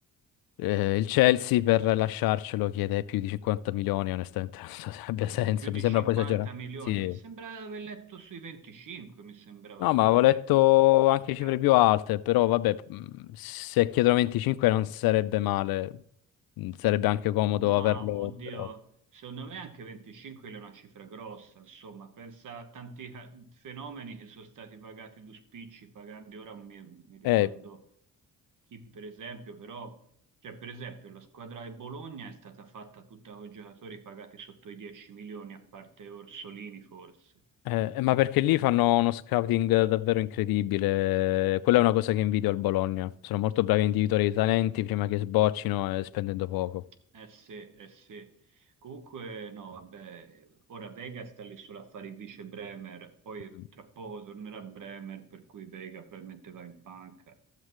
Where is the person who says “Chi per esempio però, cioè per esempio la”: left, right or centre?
Right